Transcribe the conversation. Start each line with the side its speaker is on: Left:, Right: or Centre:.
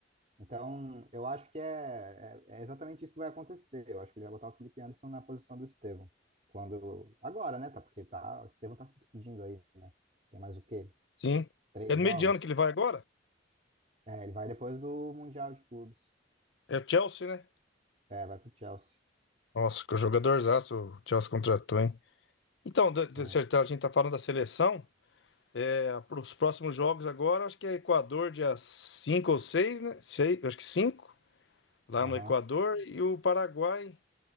Right: Então, eu acho que é, é, é exatamente isso que vai acontecer. Eu acho que ele vai botar o Felipe Anderson na posição do Estevão. Quando, agora, né, tá, porque tá, o Estevão tá se despedindo aí, né? Tem mais o quê?
Left: sim.
Right: Três
Left: É no
Right: jogos?
Left: meio de ano que ele vai agora?
Right: É, ele vai depois do Mundial de Clubes.
Left: É o Chelsea, né?
Right: É, vai pro Chelsea.
Left: Nossa, que jogadorzaço o Chelsea contratou, hein? Então, de-
Right: Sim.
Left: de- se a gente tá falando da seleção, é, para os próximos jogos agora, acho que é Equador dia 5 ou 6, né? Sei, acho que 5, lá
Right: Aham.
Left: no Equador, e o Paraguai